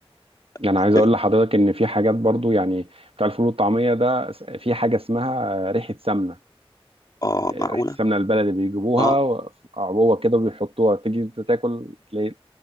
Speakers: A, on the right; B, on the left.
A: يعني
B: واخد
A: عايز
B: بالك؟
A: اقول لحضرتك ان في حاجات برضو يعني بتاع الفول والطعميه ده في حاجه اسمها ريحه سمنه
B: اه
A: ريحه
B: معقوله
A: السمنه البلدي بيجيبوها
B: اه
A: و- عبوه كده وبيحطوها تيجي انت تاكل تلاقي